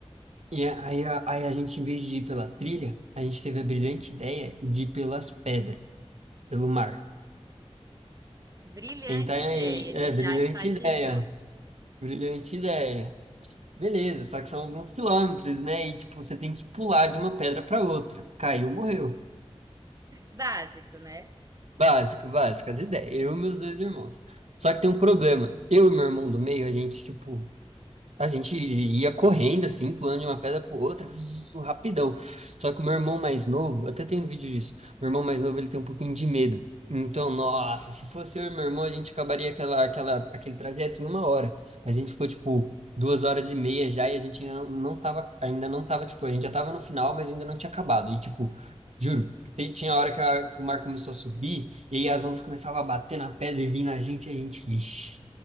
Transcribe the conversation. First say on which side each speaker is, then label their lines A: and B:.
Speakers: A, on the right; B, on the right.
A: E a- aí, a- aí a gente, em vez de ir pela trilha, a gente teve a brilhante ideia de ir pelas pedras, pelo mar.
B: Brilhante
A: Então, é,
B: ideia, ele
A: é brilhante
B: já enfatizou.
A: ideia, brilhante ideia. Beleza, só que são alguns quilômetros, né? E, tipo, você tem que pular de uma pedra para outra. Caiu, morreu.
B: Básico, né?
A: Básico, básico, as ideias. Eu e meus dois irmãos. Só que tem um problema. Eu e meu irmão do meio, a gente, tipo, A gente ia correndo, assim, pulando de uma pedra pro outra, vzz, rapidão. Só que o meu irmão mais novo, até tem um vídeo disso, meu irmão mais novo, ele tem um pouquinho de medo. Então, nossa, se fosse eu e meu irmão, a gente acabaria aquela, aquela, aquele trajeto em uma hora. Mas a gente ficou, tipo, duas horas e meia já e a gente ainda não, não tava, ainda não tava, tipo, a gente já tava no final, mas ainda não tinha acabado. E, tipo, juro, tem- tinha a hora que, a- que o mar começou a subir e aí as ondas começavam a bater na pedra e vir na gente e a gente, ixi.